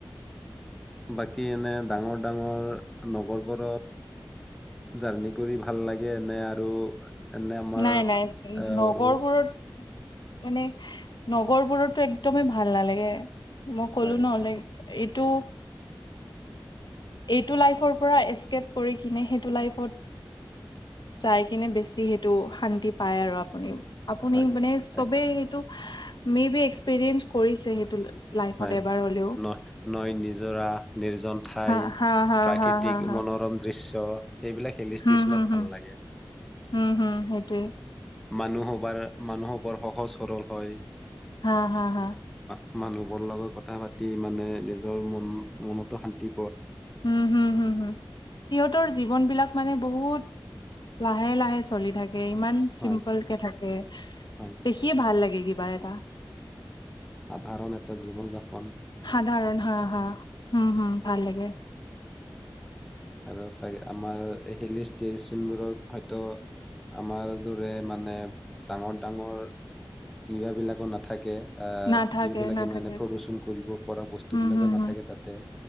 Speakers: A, in the centre; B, on the left.
A: বাকী এনে ডাঙৰ-ডাঙৰ নগৰবোৰত জাৰ্ণি কৰি ভাল লাগে নে আৰু এনে আমাৰ
B: নাই-নাই
A: আহ,
B: নগৰবোৰত
A: সৰু
B: মানে নগৰবোৰতো একদমেই ভাল নালাগে। মই ক'লো
A: হয়
B: ন লাইক এইটো এইটো লাইফৰ পৰা এচকেপ কৰি কিনে সেইটো লাইফত যাই কিনে বেছি সেইটো শান্তি পায়, আৰু আপুনি। আপুনি
A: হয়
B: মানে চবেই
A: এক-
B: এইটো মে বি এক্সপিৰিয়েঞ্চ কৰিছে সেইটো লাইফত
A: হয়
B: এবাৰ হ'লেও।
A: ন নৈ নিজৰা নিৰ্জন ঠাই
B: হা হা হা
A: প্ৰাকৃতিক
B: হা হা হা
A: মনোৰম দৃশ্য সেইবিলাক হিল ষ্টেচনত
B: হুম হুম
A: ভাল
B: হুম
A: লাগে।
B: হুম হুম সেইটোৱে।
A: মানুহ বোৰ মানুহো বৰ সহজ সৰল হয়।
B: হা-হা-হা!
A: মানুহবোৰ লগত কথা পাতি মানে নিজৰ মন-মন তহঁতি
B: হু- হু -হু -হু সিহঁতৰ জীৱন বিলাক মানে বহুত লাহে-লাহে চলি থাকে। ইমান চিম্পল
A: হয়
B: কে থাকে।
A: হয়
B: দেখিয়ে ভাল লাগে! কিবা এটা।
A: সাধাৰণ এটা জীৱন যাপ
B: সাধাৰণ হা! হা! হুম! হুম! ভাল লাগে।
A: আৰু চাগে, আমাৰ হেলি ষ্টেচনবোৰৰ হয়তো আমাৰ দৰে মানে, ডাঙৰ, ডাঙৰ, কিবা বিলাকো নাথাকে। আ'
B: নাথাকে
A: যিবিলাকে
B: নাথাকে
A: মানে প্ৰমোচন কৰিব পৰা। বস্তু
B: হুম
A: বিলাকো
B: হুম হুম
A: নাথাকে তাতে।